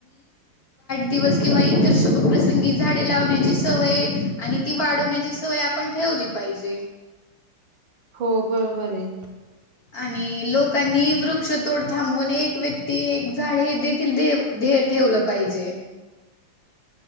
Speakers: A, on the left; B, on the right.
A: दिवस किंवा इतर शुभ प्रसंगी झाडे लावण्याची सवय आणि ती वाढवण्याची सवय आपण ठेवली पाहिजे.
B: हो बरोबर रे.
A: आणि लोक कांनी वृक्षतोड थांबवून एक व्यक्ती एक झाड हे देखील देह ठेवलं पाहिजे.